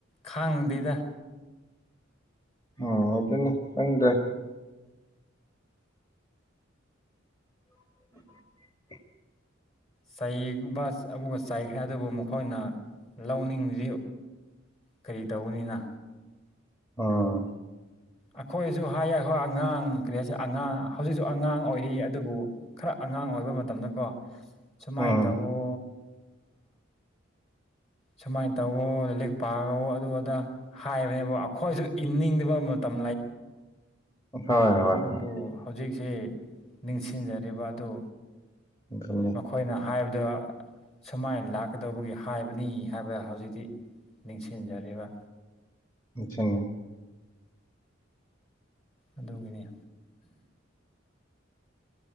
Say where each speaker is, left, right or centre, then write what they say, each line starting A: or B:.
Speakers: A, on the left; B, on the left.
A: ꯈꯥꯡꯗꯦꯗ
B: ꯎ ꯑꯗꯨꯅꯤ ꯈꯪꯗꯦ <inaudible>
A: ꯆꯩꯕ ꯑꯃꯨ ꯆꯩꯥꯏꯈ꯭ꯔꯦ ꯑꯗꯨꯕꯨ ꯃꯈꯣꯏꯅ ꯂꯧꯅꯤꯡꯁꯤ ꯀꯔꯤ ꯇꯧꯕꯅꯤꯅ
B: ꯑꯥ
A: ꯑꯩꯈꯣꯏꯁꯨ ꯍꯥꯏꯌꯦ ꯑꯩꯈꯣꯏ ꯑꯉꯥꯡ ꯀꯔꯤ ꯍꯥꯏꯁꯦ ꯑꯉꯥꯡ ꯍꯧꯖꯤꯛꯁꯨ ꯑꯉꯥꯡ ꯑꯣꯏꯔꯤ ꯑꯗꯨꯕꯨ ꯈꯔ ꯑꯉꯥꯡ ꯑꯣꯏꯕ ꯃꯇꯝꯗꯀꯣ ꯁꯨꯃꯥꯏꯅ
B: ꯎꯝ
A: ꯇꯧꯋꯣ ꯁꯨꯃꯥꯏꯅ ꯇꯧꯋꯣ ꯂꯥꯏ ꯂꯤꯛ ꯄꯥꯔ ꯑꯗꯨ ꯑꯗ ꯍꯥꯏꯕꯅꯦꯕ ꯑꯩꯈꯣꯏꯁꯨ ꯏꯟꯅꯤꯡꯗꯕ ꯃꯇꯝ
B: ꯍꯣꯏ ꯍꯣꯏ
A: ꯑꯗꯨ
B: ꯍꯣꯏ
A: ꯍꯧ ꯁꯦ ꯅꯤꯡꯁꯤꯡꯖꯔꯤꯕ ꯑꯗꯨ
B: ꯏꯈꯅ
A: ꯃꯈꯣꯏꯅ ꯍꯥꯏꯕꯗ ꯁꯨꯃꯥꯏꯅ ꯂꯥꯛꯀꯗꯧꯕꯒꯤ ꯍꯥꯏꯕꯅꯤ ꯍꯥꯏꯕꯗ ꯍꯧꯖꯤꯛꯇꯤ ꯅꯤꯡꯁꯤꯡꯖꯔꯤꯕ
B: ꯏꯆꯅ
A: ꯑꯗꯨꯒꯤꯅꯦ